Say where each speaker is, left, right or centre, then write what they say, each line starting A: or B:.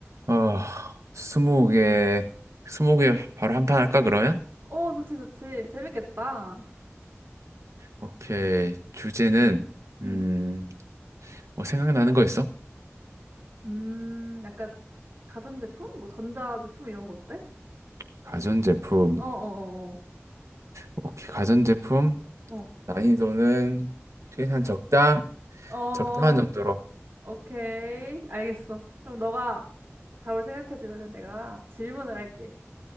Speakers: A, on the right (about 85°); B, on the right (about 55°).
A: 아, 스무 개, 스무 개 바로 한 판 할까, 그러면?
B: 어, 좋지, 좋지. 재밌겠다.
A: 오케이. 주제는,
B: 응.
A: 음, 뭐 생각나는 거 있어?
B: 음, 약간 가전제품? 뭐 전자제품 이런 거 어때?
A: 가전제품.
B: 어, 어, 어,
A: 오케이, 가전제품.
B: 어.
A: 난이도는 최대한 적당,
B: 어, 어,
A: 적당한 정도로.
B: 오케이. 알겠어. 그럼 너가 답을 생각해주면 내가 질문을 할게.